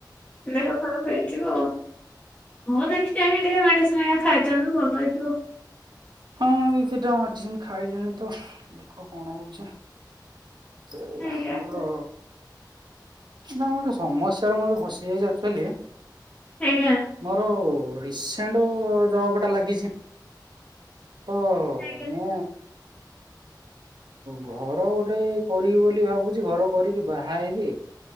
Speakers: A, on the left; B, on the right.
A: ଦେହ ଖରାପ୍ ହେଇଥିବ ଆଉ ମୁଁ ଦେଖ। ଚାହିଁ ଦିଏ ମେଡ଼ିସିନ ହେକା ଖାଇ ତେଣୁ ଭଲ ହେଇଯିବ।
B: ହଁ ଏ ସେଟା ମେଡ଼ିସିନ ଖାଇଲେଣି ତ ଦେଖ କଣ ହଉଛି। ସେ ଆ।
A: ଆଜ୍ଞା
B: ନା ଗୋଟେ ସମସ୍ୟାରେ ମୁଏବେ ଫସି ଯାଇଛି ଆକଚୁଆଲି
A: ଆଜ୍ଞା
B: ମୋର। ରିସେଣ୍ଟ ଜବ ଟା ଲାଗିଛି। ତ
A: ଆଜ୍ଞା
B: ମୁଁ। ଘର ଗୋଟେ କରିବି ବୋଲି ଭାବୁଛି ଘର କରିକି ବାହା ହେଇବି